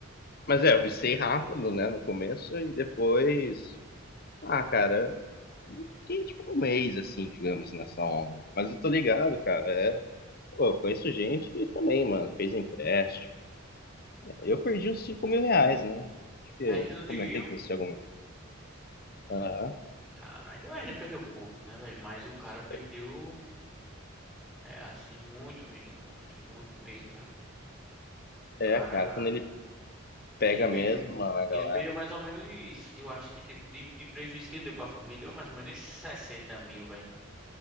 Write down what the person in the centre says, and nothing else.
Ainda
no Tigrinho?
Cara, ainda, ainda perdeu pouco, né, velho? Mas o cara perdeu,
é, assim, muito, vindo muito, muito mesmo, velho. O
cara,
ele perdeu,
ele perdeu mais ou menos, isso. eu acho que, tipo, de, de prejuízo que ele deu pra família, deu mais ou menos 60 mil, velho.